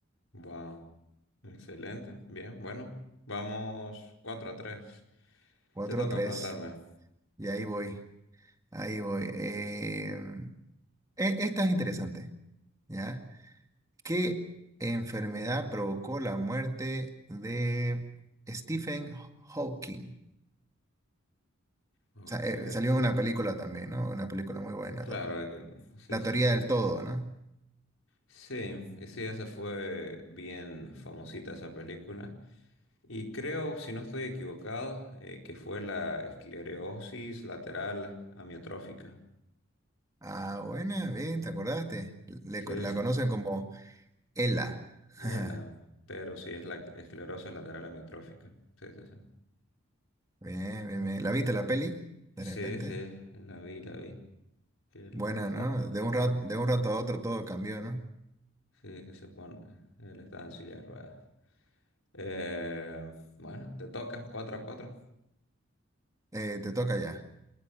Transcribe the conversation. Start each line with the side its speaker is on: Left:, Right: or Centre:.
Left: Wow. Excelente. Bien, bueno. Vamos 4 a 3.
Right: Cuatro,
Left: Te toca
Right: tres,
Left: preguntarme.
Right: y ahí voy, ahí voy. Eh, e- esta es interesante, ¿ya? ¿Qué enfermedad provocó la muerte de Stephen Hawking?
Left: Ok.
Right: sa- eh, salió una película también, ¿no? Una película muy buena
Left: Claro,
Right: también.
Left: hay que- sí,
Right: La
Left: sí,
Right: teoría
Left: sí.
Right: del todo, ¿no?
Left: Sí, y sí, esa fue bien famosita esa película. Y creo, si no estoy equivocado, eh, que fue la esclerosis lateral amiotrófica.
Right: Ah, buena, bien, ¿te acordaste? Le
Left: Sí,
Right: co- la
Left: sí, sí.
Right: conocen como Ella. <laughs>
Left: Eh, la- pero sí, es la esclerosis lateral amiotrófica. Sí, sí, sí.
Right: Bien, bien, bien. ¿La viste la peli? De repente.
Left: Sí, sí, la vi, la vi. Que él
Right: Buena,
Left: anda,
Right: ¿no? De un rato,
Left: ah,
Right: de un rato a otro todo cambió, ¿no?
Left: sí, que se pone, él está en silla de ruedas. Eh, bueno, te toca cuatro a cuatro
Right: Eh, te toca ya.